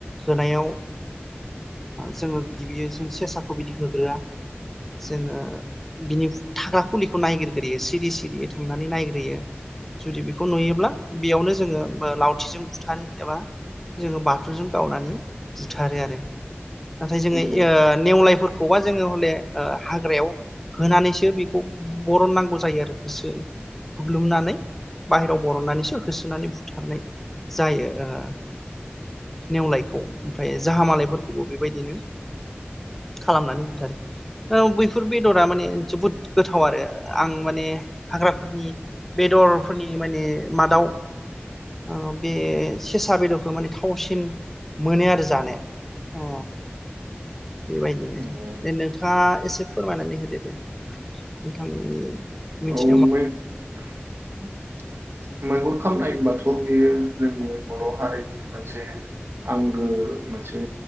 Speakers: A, in the centre; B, on the right (about 75°).
A: होनायाव जोङो गिबि जों सेसाखौ बिदि होग्रोआ जोङो बिनि थाग्रा खुलिखौ नायगिरग्रोयो सिरि सिरियै थांनानै नायग्रोयो जुदि बेखौ नुयोब्ला बेयावनो जोङो। लावथिजों बुथारो एबा जोङो बाथुलजों गावनानै बुथारो आरो। नाथाय जोङो
B: नंगौ
A: ओ नेवलायफोर बेखौबा जोङो हले ओ हाग्रायाव होनानैसो बेखौ बरननांगौ जायो आरो होसो हुग्लुमनानै बाहेरायाव बर'नानैसो होसोनानै बुथारनाय जायो ओ नेवलायखौ ओमफ्राय जाह मालायफोरखौबो बेबायदिनो खालामनानै बुथारो औ बैफोर बेदरा माने जोबोद गोथाव आरो आं माने हाग्राफोरनि बेदरफोरनि माने मादाव ओ बे सेसा बेदरखौ माने थावसिन मोनो आरो जानो ओ बेबायदिनो
B: नंगौ
A: दे नोंथाङा एसे फोरमायनानै होदो दे नोंथांनि मिथि
B: मैहुर खालामनाय होनबाथ' बेयो जोंनि बर' हारिनि मोनसे आंगो मोनसे